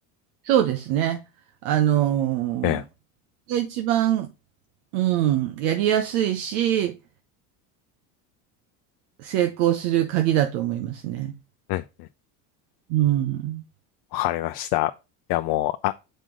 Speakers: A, on the right; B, on the left.
A: そうですね。あの
B: ええ、
A: ー、が一番、うん、やりやすいし、成功する鍵だと思いますね。
B: うん、うん。
A: うん。
B: わかりました。いや、もう、あ、